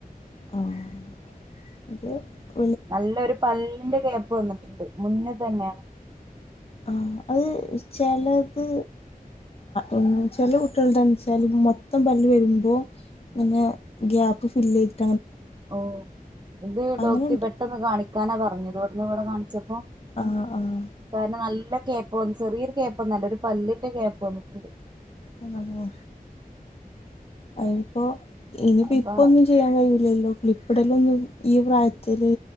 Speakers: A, on the left; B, on the right.
A: ആഹ് <inaudible>
B: നല്ലൊരു പല്ലിന്റെ ഗ്യാപ്പ് വന്നിട്ടുണ്ട് മുന്നിൽ തന്നെയാണ്
A: ആഹ് അത് ചിലത് ഉം ചെല കുട്ടികളുടെന്ന് വെച്ചാല് മൊത്തം പല്ല് വരുമ്പോ പിന്നെ ഗ്യാപ്പ് ഫില്ല് ചെയ്യും
B: ഓഹ് ഇത്
A: അങ്ങനെണ്ട്
B: ഡോക്റ്റ് പെട്ടെന്ന് കാണിക്കാനാ പറഞ്ഞത് കൊട്ന് ഇവിടെ കാണിച്ചപ്പോ
A: ആഹ് ആഹ്
B: കാരണം നല്ല ഗ്യാപ്പ് വന്ന് ചെറിയൊരു ഗ്യാപ്പ് ഒന്നുംല്ല ഒരു പല്ലിന്റെ ഗ്യാപ്പ് വന്നിട്ടുണ്ട്
A: എൻ്റമ്മോ അയിനിപ്പോ ഇനിയിപ്പം
B: അപ്പൊ
A: ഇപ്പൊന്നും ചെയ്യാൻ കഴില്ലല്ലോ ക്ലിപ്പിടലൊന്നും ഈ പ്രായത്തില്